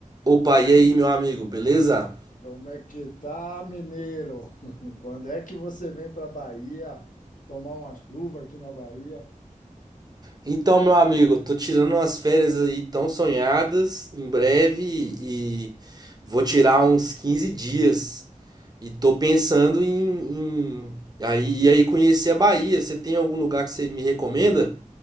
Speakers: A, on the right (about 30°); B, on the left (about 70°).
A: Opa, e aí, meu amigo, beleza?
B: Como é que tá, mineiro? <laughs> Quando é que você vem para Bahia tomar uma chuva aqui na Bahia?
A: Então, meu amigo, eu tô tirando umas férias aí tão sonhadas em breve e vou tirar uns 15 dias. E tô pensando em, em- aí, e aí conhecer a Bahia. Você tem algum lugar que você me recomenda?